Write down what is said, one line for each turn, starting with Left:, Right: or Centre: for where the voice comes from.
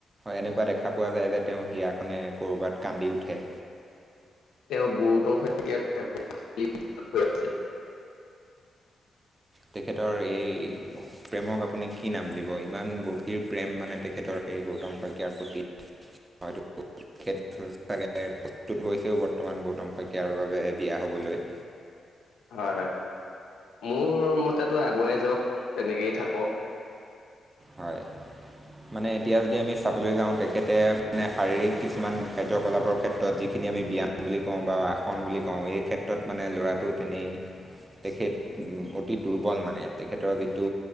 Right: এনেকুৱা দেখা পোৱা যায় যে তেওঁ হিয়াখনে ক'বাত কান্দি উঠে।
Left: তেওঁ গুৰুতম স আ
Right: তেখেতৰ এই প্ৰেমক আপুনি কি নাম দিব? ইমান গভীৰ প্ৰেম মানে তেখেতৰ। সেই গৌতম শইকীয়াৰ প্ৰতি হয়তো, খ চাগে প্ৰস্তুত হৈছেও বৰ্তমান গৌতম শইকীয়াৰ বাবে বিয়া হ'বলৈ
Left: হয় হয়, মোৰ ম তাতো আগুৱাই যাওক তেনেকেই থাকক।
Right: হয় মানে এতিয়া যদি আমি চাবলৈ যাওঁ তেখেতে মানে শাৰীৰিক কিছুমান কাৰ্যকলাপৰ ক্ষেত্ৰত যিখিনি আমি ব্যায়াম বুলি কওঁ বা আসন বুলি কওঁ এই ক্ষেত্ৰত মানে ল'ৰাটো তেনেই। তেখেত উ অতি দুৰ্বল মানে, তেখেতৰ যিতো